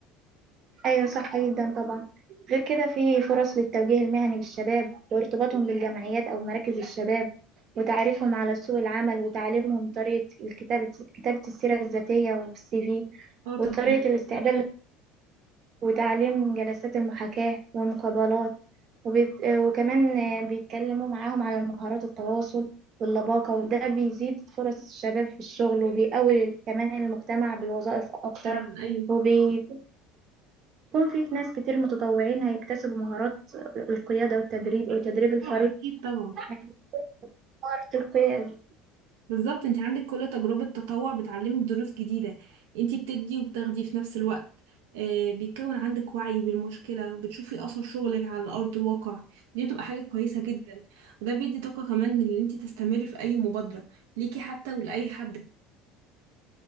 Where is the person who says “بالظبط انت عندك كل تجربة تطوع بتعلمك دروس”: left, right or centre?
Right